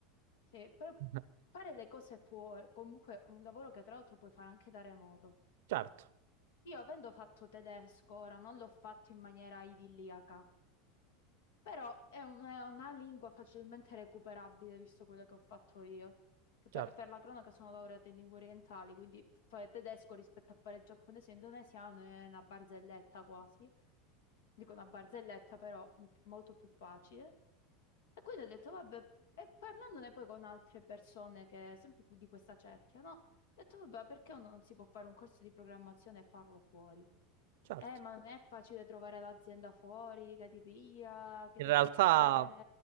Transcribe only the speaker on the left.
sì, però
fare le cose fuori, comunque un lavoro che tra l'altro puoi fare anche da remoto.
Io avendo fatto tedesco, ora non l'ho fatto in maniera idilliaca. Però è, un- è una lingua facilmente recuperabile, visto quello che ho fatto io. Che per,
per la cronaca sono laureata in lingue orientali, quindi fare tedesco rispetto a fare giapponese e indonesiano è una barzelletta quasi. Dico una barzelletta, però mm, molto più facile. E quindi ho detto, vabbè, e parlandone poi con altre persone che, sempre di questa cerchia, no? Ho detto, vabbè, perché uno non si può fare un corso di programmazione e farlo fuori?
Eh, ma non è facile trovare l'azienda fuori che ti piglia, che
ti
fa fare.